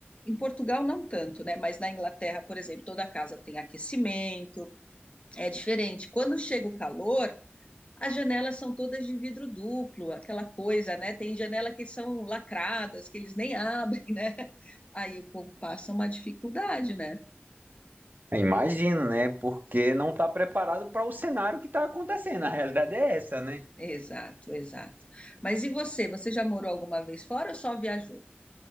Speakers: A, on the left; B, on the right.
A: em Portugal não tanto, né? Mas na Inglaterra, por exemplo, toda casa tem aquecimento, é diferente. Quando chega o calor, as janelas são todas de vidro duplo, aquela coisa, né? Tem janela que são lacradas, que eles nem <laughs> abrem, né? Aí o povo passa uma dificuldade, né?
B: <laughs> imagino, né? Porque não está preparado para o cenário que está acontecendo. A realidade é essa, né?
A: Exato, exato. Mas e você? Você já morou alguma vez fora ou só viajou?